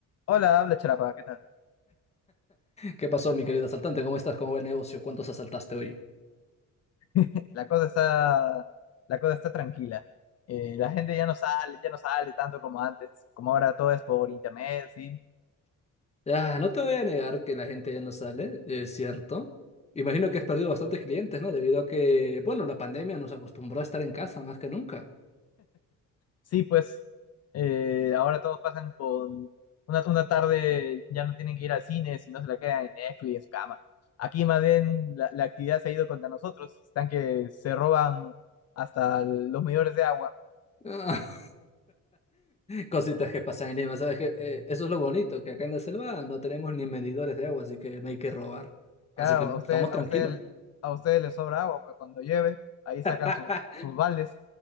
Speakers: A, on the left; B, on the left.
A: Hola, habla Charapa, ¿qué tal?
B: ¿Qué pasó, mi querido asaltante? ¿Cómo estás? ¿Cómo va el negocio? ¿Cuántos asaltaste hoy?
A: <laughs> La cosa está, la cosa está tranquila. Eh, la gente ya no sale, ya no sale tanto como antes, como ahora todo es por internet, sí.
B: Ah, no te voy a negar que la gente ya no sale, es cierto. Imagino que has perdido bastantes clientes, ¿no? Debido a que, bueno, la pandemia nos acostumbró a estar en casa más que nunca.
A: Sí, pues eh, ahora todos pasan con una, una tarde, ya no tienen que ir al cine, sino se la quedan en Netflix, en su cama. Aquí más bien la, la actividad se ha ido contra nosotros, están que se roban hasta los medidores de agua.
B: <laughs> Cositas que pasan en Lima, ¿sabes qué? Eh, eso es lo bonito, que acá en la selva no tenemos ni medidores de agua, así que no hay que robar. Así
A: Claro,
B: que
A: a usted,
B: estamos tranquilos.
A: a usted, a ustedes les sobra agua, pero cuando llueve, ahí
B: <laughs>
A: sacan sus, sus baldes